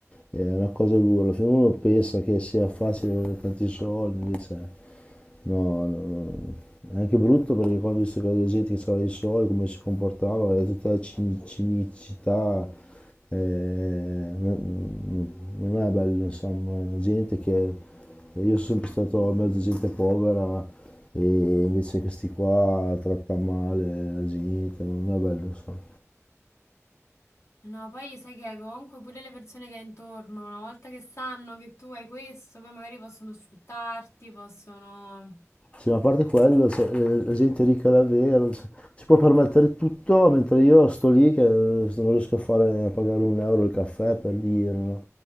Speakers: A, on the left (about 20°); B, on the left (about 60°).
A: è una cosa dura. Alla fine uno pensa che sia facile avere tanti soldi, invece No, no, no, no. no. È anche brutto perché quando ho visto che la gente che aveva i soldi, come si comportava, era tutta la cin- cinicità, eh, non non è bello, insomma, gente che... Io sono sempre stato in mezzo a gente povera e invece questi qua tratta male la gente, non è bello, insomma.
B: No, poi sai che comunque pure le persone che hai intorno, una volta che sanno che tu hai questo, poi magari possono sfruttarti, possono...
A: Sì, ma a parte quello, cioè, eh, la gente è ricca davvero, cioè, si può permettere tutto, mentre io sto lì che eh, non riesco a, fare, a pagare un euro il caffè per dire, no?